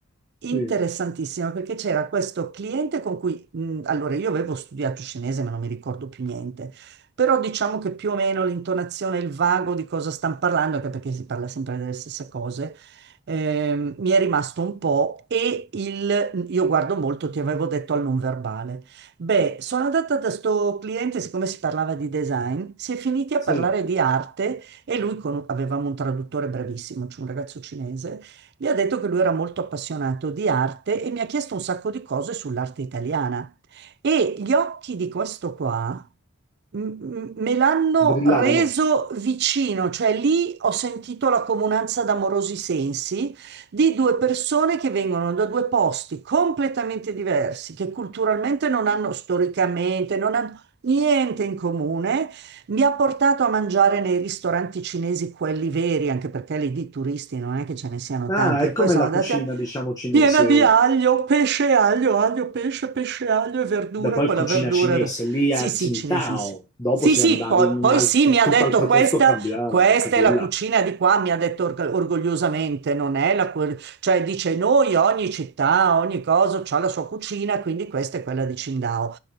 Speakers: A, on the right; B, on the left.
A: Interessantissima
B: Sì,
A: perché c'era questo cliente con cui, mh, allora io avevo studiato cinese ma non mi ricordo più niente, però diciamo che più o meno l'intonazione, il vago di cosa stanno parlando, anche perché si parla sempre delle stesse cose, ehm, mi è rimasto un po' e il, io guardo molto, ti avevo detto, al non verbale. Beh, sono andata da sto cliente, siccome si parlava di design, si è finiti a
B: sì.
A: parlare di arte e lui, con, avevamo un traduttore bravissimo, c'è un ragazzo cinese, gli ha detto che lui era molto appassionato di arte e mi ha chiesto un sacco di cose sull'arte italiana. E gli occhi di questo qua m- me l'hanno
B: Brillavano.
A: reso vicino, cioè lì ho sentito la comunanza d'amorosi sensi di due persone che vengono da due posti completamente diversi, che culturalmente non hanno, storicamente, non hanno niente in comune. Mi ha portato a mangiare nei ristoranti cinesi, quelli veri, anche perché lì di turisti non è che ce ne siano
B: Ah,
A: tanti,
B: è
A: e
B: come
A: poi siamo
B: la
A: andati
B: cucina,
A: a
B: diciamo, cinese
A: Piena di aglio, pesce e aglio, aglio, pesce, pesce, e aglio e verdura,
B: Beh, poi
A: quella
B: cucina
A: verdura.
B: cinese,
A: da-
B: lì
A: Sì,
B: a Tsingtao,
A: sì, cinesi.
B: dopo
A: Sì,
B: se
A: sì,
B: andavi
A: poi,
B: in un
A: poi
B: alt-
A: sì, mi ha
B: tutt'altro
A: detto
B: posto
A: questa,
B: cambiava
A: questa
B: anche quella.
A: è la cucina di qua, mi ha detto org- orgogliosamente, non è la... que- Cioè dice noi, ogni città, ogni cosa ha la sua cucina, quindi questa è quella di Qingdao.